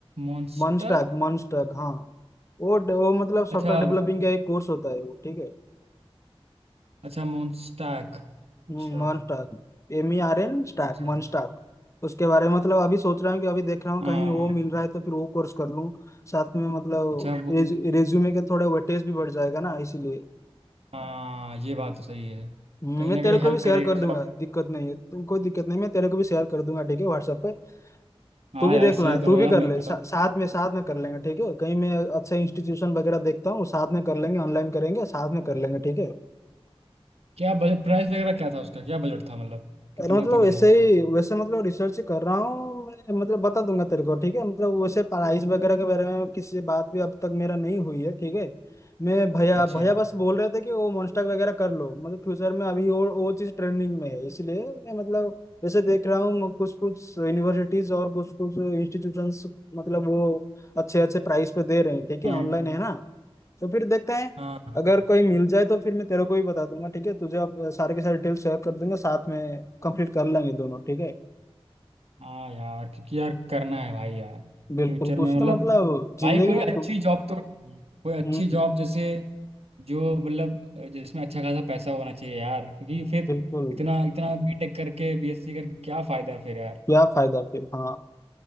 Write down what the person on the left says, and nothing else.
मॉन्स्टैक मॉन्स्टैक हाँ वो वो मतलब सॉफ्टवेयर
डेवलपिंग का एक कोर्स होता है वो ठीक है
Mern stack
M E R N stack
mern stack उसके बारे में मतलब अभी सोच रहा हूँ कि अभी देख रहा हूँ
कहीं वो मिल रहा है तो फिर वो कोर्स कर लूँ साथ में मतलब
रेज, रेज्यूमे के थोड़ा वेटेज भी बढ़ जाएगा ना इसीलिए
हम्म,
मैं
तेरे
को
भी शेयर
कर दूंगा
दिक्कत नहीं है तुम- कोई दिक्कत नहीं मैं तेरे को भी शेयर कर दूंगा ठीक है व्हाट्सएप पे
तू भी
देख लेना
तू भी
कर
ले
सा, साथ में साथ में कर लेंगे ठीक है कहीं मैं अच्छा इंस्टीट्यूशन वगैरह देखता हूँ साथ में कर लेंगे ऑनलाइन करेंगे साथ में कर लेंगे ठीक है
अरे मतलब
वैसे
ही वैसे मतलब रिसर्च कर रहा हूँ मैं मतलब बता दूंगा तेरे को ठीक है मतलब वैसे पढ़ाई वगैरह के बारे में किसी से बात भी अब तक मेरा नहीं हुई है ठीक है मैं भैया
भैया बस बोल रहे थे कि वो मोन्स्टाक वगैरह कर लो मतलब फ्यूचर में अभी वो वो चीज़ ट्रेंडिंग में है इसलिए मैं मतलब वैसे देख रहा हूँ कुछ कुछ यूनिवर्सिटीज और कुछ कुछ इंस्टीट्यूशंस मतलब वो अच्छे अच्छे प्राइस पे दे रहे हैं ठीक है
ऑनलाइन है ना तो फिर देखते हैं
अगर कोई मिल जाए तो फिर मैं तेरे को भी बता दूंगा ठीक है तुझे आप सारे के सारे डिटेल्स शेयर कर दूंगा साथ में कंप्लीट कर लेंगे दोनों ठीक है
बिल्कुल
कुछ
तो मतलब जिंदगी
में
कु-
हम्म
बिल्कुल
क्या फायदा फिर हाँ